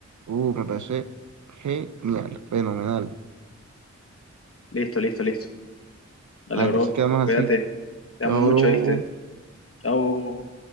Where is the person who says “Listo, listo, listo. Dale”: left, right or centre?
Left